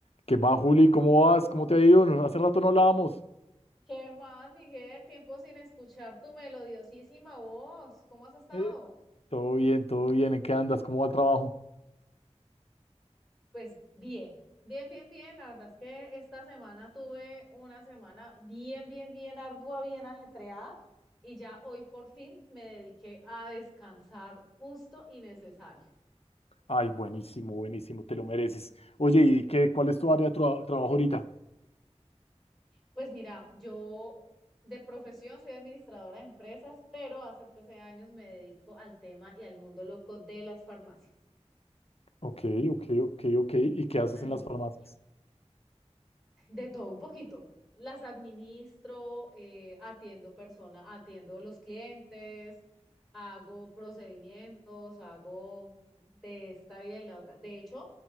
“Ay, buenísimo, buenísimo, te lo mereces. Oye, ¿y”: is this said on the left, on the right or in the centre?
Left